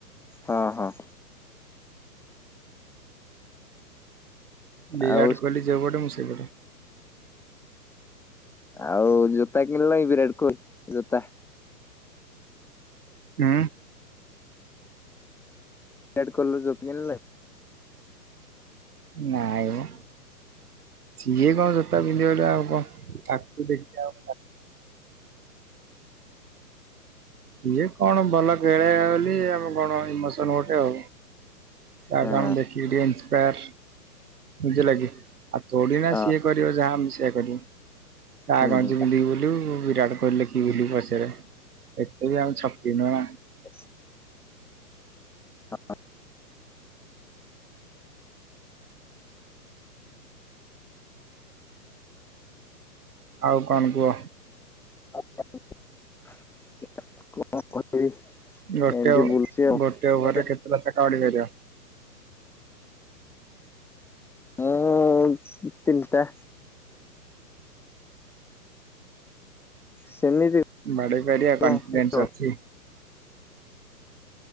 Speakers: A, in the centre; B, on the right.
A: ହଁ ହଁ।
B: ବିରାଟ
A: ଆଉ
B: କୋହଲି ଯୋଉ ପଟେ ମୁଁ ସେଇ ପଟେ।
A: ଆଉ ଜୋତା କିଣିଲଣି ବିରାଟ କୋହଲି ଜୋତା?
B: ହୁଁ।
A: ରେଡ କଲର ଜୋତା ଥିଲା କି?
B: ନାଇଁ ମ। ସିଏ କଣ ଜୋତା ପିନ୍ଧିବ ବୋଲି ଆଉ କଣ ତାକୁ ଦେଖି ଆ ଇଏ କଣ ଭଲ ଖଳେ ବୋଲି ଆମେ କଣ ଇମୋସନ ଗୋଟେ ଆଉ। ତା
A: ହଁ
B: ଠୁ ଆମେ ଦେଖିକ ଟିକେ ନ୍ସପାୟାର। ବୁଝିଲକି ଆ ତୋଡି ନା
A: ହଁ
B: ସିଏ କରିବ ଯାହା ଆମେ ସେଇଆ କରିବୁ। ତା
A: ହୁଁ
B: ଗଞ୍ଚ ପିନ୍ଧିକି ବୁଲିବୁ ବିରାଟ କୋହିଲ ଲେଖି ବୁଲୁ ପଛରେ। ଏତେ ବି ଆମେ ଚପରୀ ନୁହେଁ।
A: ହ ହଁ
B: ଆଉ କଣ କୁହ?
A: <unintelligible>
B: ଗୋଟେ
A: ଏମିତି
B: ଓ
A: ବୁଲଚି ଆଉ।
B: ଗୋଟେ ଓଭରରେ କେତେଟା ଛକା ବାଡେଇ ପାରିବ?
A: ମୁଁ ତିନିଟା ସେମିତି
B: ବାଡେଇ ପାରିବା କନଫିଡେନ୍ସ
A: ହ୍ୟାଲୋ ହ୍ୟାଲୋ
B: ଅଛି।